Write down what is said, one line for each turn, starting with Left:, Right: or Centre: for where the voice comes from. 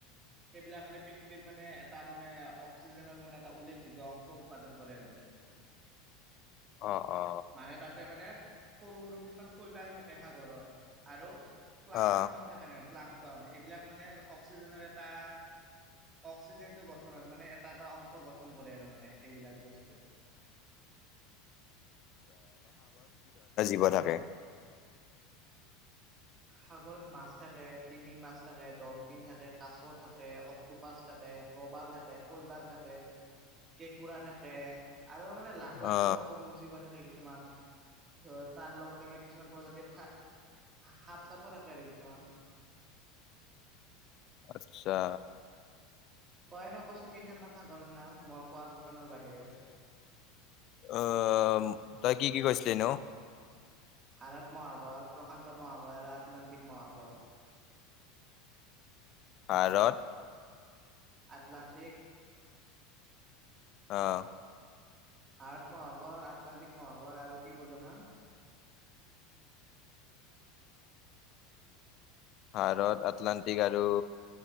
Right: সেইবিলাকানে পৃথিৱীৰ মানে এটা মানে অক্সিজেনৰ মানে এটা উল্লেখযোগ্য অংশ উৎপাদন কৰে আৰু মানে
Left: অ অ।
Right: মানে তাতে মানে সৰু সৰু কিছুমান শৈপাল থাকে সাগৰত আৰু প্লাংটন
Left: অ
Right: থাকে নে প্লাংটন এইবিলাক মানে অক্সিজেনৰ এটা অক্সিজেন টো গঠন হয় মানে এটা এটা অংশ গঠন কৰে আৰু মানে এইবিলাক বস্তুৱে
Left: কিবা থাকে
Right: সাগৰত মাছ থাকে, টিমি মাছ থাকে, ডলফিন থাকে, কাছ থাকে, অক্টোপাছ থাকে, প্ৰবাল থাকে, শৈবাল থাকে, কেঁকুৰা থাকে, আৰু মানে লাখ লাখৰ
Left: অ
Right: অণুজীৱ থাকে কিছু মান ত তাৰ লগতে মানে কিছুমান প্ৰজাতিৰ সাপ চাপৰ থাকে আৰু কিছুমান
Left: আত্চ্ছা
Right: তই এনে কচোন কেইখনমান সাগৰৰ নাম মই কোৱা কেইখনৰ বাহিৰে
Left: অহ তই কি কি কৈছিলি নো
Right: ভাৰত মহাসাগৰ, প্ৰশান্ত মহাসাগৰ আৰু আটলান্টিক মহাসাগৰ।
Left: ভাৰত
Right: আটলাণ্টিক
Left: অহ
Right: ভাৰত মহাসাগৰ, আটলান্টিক মহাগৰ আৰু কি কলো হা
Left: ভাৰত, আটলান্টিক আৰু